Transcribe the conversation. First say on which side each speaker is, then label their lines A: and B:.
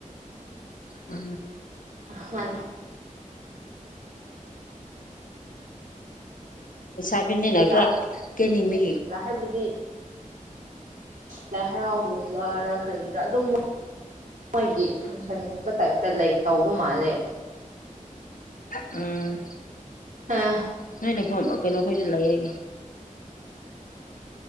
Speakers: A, on the left; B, on the right.
A: ꯑ
B: ꯃꯥ
A: ꯁꯥꯕꯤꯅꯤꯅ
B: ꯖꯥꯠꯂ
A: ꯈꯔ ꯀꯅꯤꯃꯤ
B: ꯍꯥꯏꯕꯗꯤ ꯂꯥꯏ ꯍꯔꯥꯎꯒꯨꯝꯕꯔ ꯀꯔꯤꯔꯥ ꯑꯗꯨꯝ ꯃꯣꯏꯒꯤ ꯐꯪꯁꯟꯒꯨꯝꯕ ꯇꯥꯏꯞꯇ ꯂꯩ ꯇꯧꯕ ꯃꯥꯜꯂꯦ
A: ꯎꯝ
B: ꯍꯥꯥ
A: ꯅꯣꯏꯅꯦ ꯐ ꯀꯩꯅꯣꯈꯩꯁꯨ ꯂꯩꯌꯦ